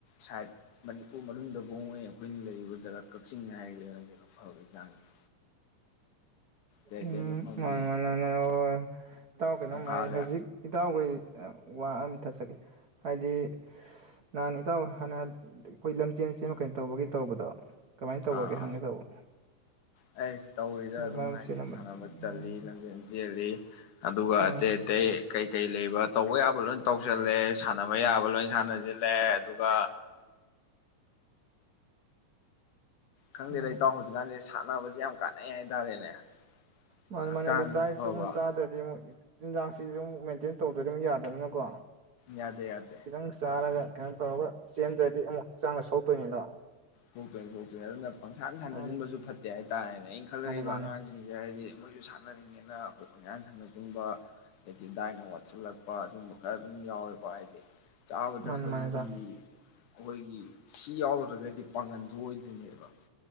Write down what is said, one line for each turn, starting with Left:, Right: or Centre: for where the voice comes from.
Left: ꯁꯥꯏꯠ ꯃꯅꯤꯄꯨꯔ ꯃꯅꯨꯡꯗ ꯕꯨ ꯑꯩꯈꯣꯏꯅ ꯂꯩꯔꯤꯕ ꯖꯒꯥ ꯀꯛꯆꯤꯡꯅꯦ ꯍꯥꯏꯔꯗꯤ ꯂꯣꯏꯔꯕꯅꯤ ꯀꯩꯅꯣ ꯐꯕꯒꯤ ꯆꯥꯡꯁꯦ꯫ ꯑꯇꯩ
Right: ꯎꯝ
Left: ꯑꯇꯩ ꯃꯐꯝꯗꯤ
Right: ꯃꯥꯅꯦ ꯃꯥꯅꯦ ꯍꯣꯏ ꯍꯣꯏ ꯏꯇꯥꯎ ꯀꯩꯅꯣꯝꯃ
Left: ꯏꯝꯐꯥꯜꯒ
Right: ꯍꯥꯏꯒꯦ ꯍꯧꯖꯤꯛ ꯏꯇꯥꯎꯒꯤ ꯋꯥ ꯑꯃ ꯊꯠꯆꯒꯦ ꯍꯥꯏꯗꯤ ꯅꯍꯥꯟ ꯏꯇꯥꯎ ꯍꯥꯟꯅ ꯑꯩꯈꯣꯏ ꯂꯝꯖꯦꯜ ꯆꯦꯟꯕ ꯀꯩꯅꯣ ꯇꯧꯕꯒꯤ ꯇꯧꯕꯗꯣ ꯀꯃꯥꯏꯅ ꯇꯧꯈꯔꯒꯦ
Left: ꯑꯥ
Right: ꯍꯪꯒꯦ ꯇꯧꯕ꯫
Left: ꯑꯩꯁ ꯇꯧꯔꯤꯗ ꯑꯗꯨꯝ
Right: ꯃꯔꯝ
Left: ꯍꯥꯏꯗꯤ
Right: ꯆꯦꯜꯂꯝꯕꯗꯣ
Left: ꯁꯥꯟꯅꯕ
Right: ꯎꯝ
Left: ꯆꯠ ꯂꯝꯖꯦꯜ ꯆꯦꯜꯂꯤ꯫ ꯑꯗꯨꯒ
Right: ꯎꯝ
Left: ꯑꯇꯩ ꯑꯇꯩ ꯀꯩ ꯀꯩ ꯂꯩꯕ ꯇꯧꯕ ꯌꯥꯕ ꯂꯣꯏ ꯇꯧꯁꯤꯜꯂꯦ ꯁꯥꯟꯅꯕ ꯌꯥꯕ ꯂꯣꯏ ꯁꯥꯟꯅꯁꯤꯜꯂꯦ ꯑꯗꯨꯒ ꯈꯪꯗꯦ
Right: ꯎꯝ
Left: ꯗ ꯏꯇꯥꯎ ꯍꯧꯖꯤꯁꯨꯀꯥꯟꯁꯦ ꯁꯥꯟꯅꯕꯁꯦ ꯌꯥꯝ ꯀꯥꯟꯅꯩ ꯍꯥꯏꯇꯥꯔꯦꯅꯦ꯫
Right: ꯃꯥ
Left: ꯍꯛꯆꯥꯡꯁꯨ
Right: ꯃꯅꯦ ꯑꯗꯨ ꯗꯥꯥꯏꯠꯁꯨ
Left: ꯐꯕ
Right: ꯑꯃꯨꯛ ꯆꯥꯗꯔꯗꯤ ꯑꯃꯨꯛ ꯆꯤꯟꯖꯥꯛꯁꯤꯁꯨ ꯑꯃꯨꯛ ꯃꯦꯟꯇꯦꯟ ꯇꯧꯗꯗꯤ ꯑꯃꯨꯛ ꯌꯥꯗꯕꯅꯤꯅꯀꯣ
Left: ꯌꯥꯗꯦ ꯌꯥꯗꯦ
Right: ꯈꯤꯇꯪ ꯆꯥꯔꯒ ꯀꯩꯅꯣ ꯇꯧꯔꯒ ꯆꯦꯟꯗ꯭ꯔꯗꯤ ꯑꯃꯨꯛ ꯍꯛꯆꯥꯡꯗ ꯁꯣꯛꯇꯣꯏꯅꯤꯗꯣ꯫
Left: ꯁꯣꯛꯇꯣꯅꯤ ꯁꯣꯛꯇꯣꯅꯤ ꯗꯨꯅ ꯄꯪꯁꯥꯟ ꯁꯥꯟꯅꯁꯤꯟꯕꯁꯨ
Right: ꯃꯥꯅꯤ
Left: ꯐꯠꯇꯦ ꯍꯥꯏꯇꯥꯔꯦꯅꯦ ꯑꯩꯅ ꯈꯜꯂꯨꯔꯤꯕ
Right: ꯃꯥꯅꯤ ꯃꯥꯅꯤ
Left: ꯑꯉꯥꯡꯁꯤꯡꯁꯦ ꯍꯥꯏꯗꯤ ꯃꯣꯏꯁꯨ ꯁꯥꯟꯅꯅꯤꯡꯉꯦꯅ ꯑꯩꯈꯣꯏ ꯄꯪꯁꯥꯟ ꯁꯥꯟꯅ ꯁꯟꯕ ꯑꯗꯒꯤ ꯗꯥꯏꯅ ꯋꯥꯠꯁꯤꯜꯂꯛꯄ ꯑꯗꯨꯝꯕ ꯈꯔ ꯑꯗꯨꯝ ꯌꯥꯎꯋꯦꯀꯣ ꯍꯥꯏꯗꯤ ꯆꯥꯕ ꯊꯛꯄꯒꯤ
Right: ꯃꯥꯅꯤ ꯃꯥꯅꯤ ꯏꯇꯥꯎ
Left: ꯑꯩꯈꯣꯏꯒꯤ ꯁꯤ ꯌꯥꯎꯗꯔꯒꯗꯤ ꯄꯥꯡꯒꯟ ꯊꯣꯛ ꯑꯣꯏꯗꯣꯏꯅꯦꯕ꯫